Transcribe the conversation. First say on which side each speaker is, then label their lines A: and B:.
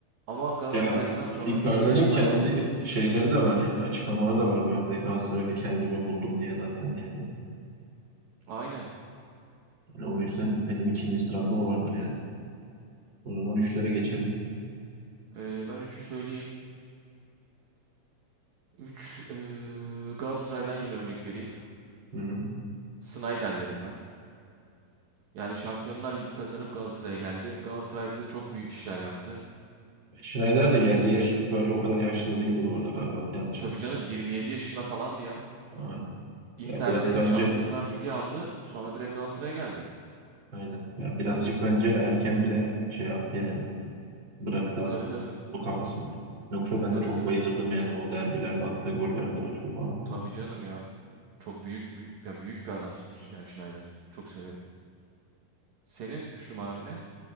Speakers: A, on the right (about 65°); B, on the right (about 30°).
A: Ama Galatasaray
B: Ya
A: geldikten sonra
B: Icardi'nin
A: bildiğin efsane
B: kendi
A: oldu adam.
B: şeyleri de var yani açıklamaları da var bir anda Galatasaray'la kendimi buldum diye zaten yani.
A: Aynen.
B: Yani o yüzden benim ikinci sıramda o vardır yani. O zaman üçlere geçelim.
A: Ee, ben üçü söyleyeyim. 3 ee, Galatasaray'dan yine örnek vereyim.
B: Hı hı.
A: Snyder derim ben. Yani Şampiyonlar Ligi kazanıp Galatasaray'a geldi. Galatasaray'da da çok büyük işler yaptı.
B: Schneider de geldiği yaş itibariyle o kadar yaşlı da değildi bu arada galiba. Yanlış
A: Tabii
B: hatırlamıyorum.
A: canım 27 yaşında falandı ya.
B: Aynen.
A: Inter'de
B: Ya biraz bence
A: Şampiyonlar Ligi aldı. Sonra direkt Galatasaray'a geldi.
B: aynen. Ya birazcık bence erken bile şey yaptı yani. Bıraktı
A: E,
B: aslında
A: Tabii tabii.
B: bu kafasında. Yoksa ben
A: Tabii
B: de çok
A: tabii.
B: bayılırdım yani o derbilerde attığı gollerden ötürü falan.
A: Tabii canım ya. Çok büyük, büyük ya büyük bir adamsın Ş- yani Snyder. Çok severim. Senin 3 numaran ne?